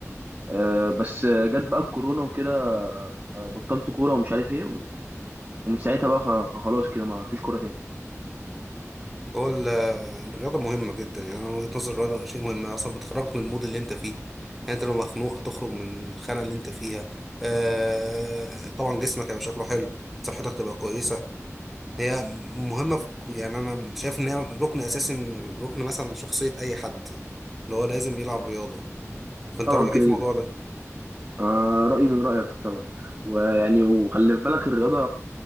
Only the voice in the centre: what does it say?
هو ال- الرياضة مهمة جدا يعني أنا من وجهة نظري الرياضة شيء مهم أصلا بتخرجك من المود اللي أنت فيه يعني أنت لو مخنوق هتخرج من الخانة اللي أنت فيها آه طبعا جسمك هيبقى شكله حلو صحتك تبقى كويسة هي مهمة في ك- يعني أنا شايف إن هي ركن أساسي من ركن مثلا شخصية أي حد اللي هو لازم يلعب رياضة فأنت
رأيك
إيه في
الموضوع ده؟